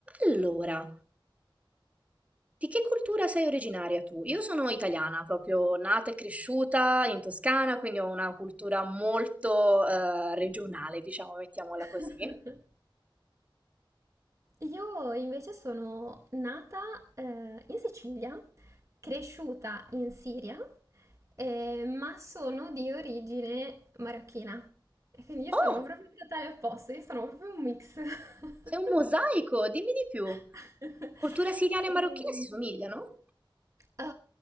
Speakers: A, on the right (about 15°); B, on the right (about 35°).
A: Allora, di che cultura sei originaria tu? Io sono italiana, proprio nata e cresciuta in Toscana, quindi ho una cultura molto eh, regionale, diciamo, mettiamola
B: <laughs>
A: così.
B: Io invece sono nata eh, in Sicilia, cresciuta in Siria, eh, ma sono di origine marocchina. E quindi io
A: Oh,
B: sono proprio il totale opposto, io sono proprio un mix. <laughs>
A: sei un mosaico, dimmi di più.
B: <laughs>
A: Cultura siriana
B: Ehm,
A: e marocchina si somigliano?
B: Eh,